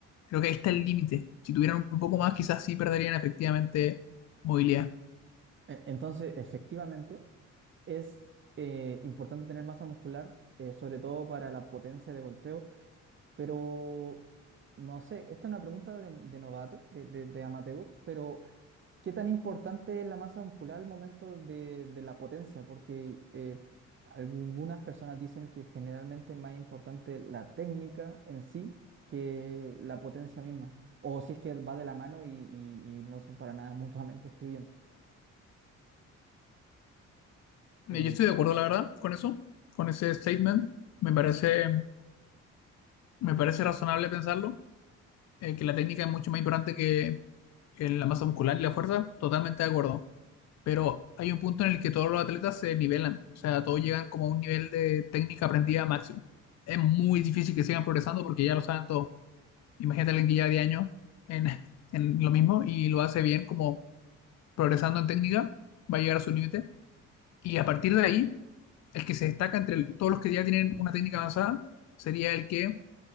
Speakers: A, on the left; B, on the right.
A: Creo que ahí está el límite. Si tuvieran un poco más, quizás sí perderían efectivamente movilidad.
B: E- Entonces, efectivamente, Es eh, importante tener masa muscular, eh, sobre todo para la potencia de golpeo, pero no sé, esta es una pregunta de, de novato, de, de- de amateur, pero ¿qué tan importante es la masa muscular al momento de, de la potencia? Porque eh, algunas personas dicen que generalmente es más importante la técnica en sí que la potencia misma, o si es que va de la mano y, y- y no son para nada <laughs> mutuamente excluyentes. Eh,
A: Eh, Yo estoy de acuerdo, la verdad, con eso, con ese statement. Me parece, me parece razonable pensarlo. eh, que la técnica es mucho más importante que, que la masa muscular y la fuerza, totalmente de acuerdo. Pero hay un punto en el que todos los atletas se nivelan, o sea, todos llegan como a un nivel de técnica aprendida máximo. Es muy difícil que sigan progresando porque ya lo saben todos. Imagínate a alguien que lleva 10 años en, <laughs> en lo mismo y lo hace bien, como progresando en técnica, va a llegar a su límite. Y a partir de ahí, el que se destaca entre el- todos los que ya tienen una técnica avanzada sería el que